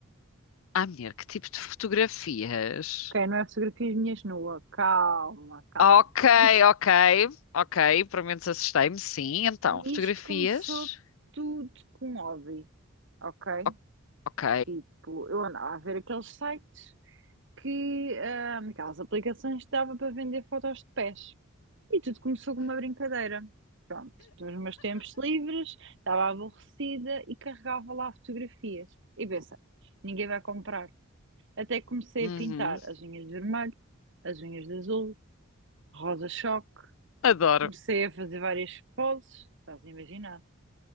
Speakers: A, on the left (about 65°); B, on the right (about 60°).
A: Ai, mulher, que tipo de fotografias?
B: Ok, não é fotografias minhas nuas. Calma, calma.
A: Ok,
B: Isto,
A: ok, ok, pelo menos assustei-me, sim, então, fotografias,
B: isto começou tudo com hobby, ok?
A: O- ok,
B: Tipo, eu andava a ver aqueles sites que, ah, aquelas aplicações que dava para vender fotos de pés. E tudo começou com uma brincadeira. Pronto, nos meus tempos livres, estava aborrecida e carregava lá fotografias. E pensa, ninguém vai comprar. Até que comecei
A: uhum,
B: a pintar as unhas de vermelho, as unhas de azul, rosa-choque.
A: adoro,
B: Comecei a fazer várias poses, estás a imaginar.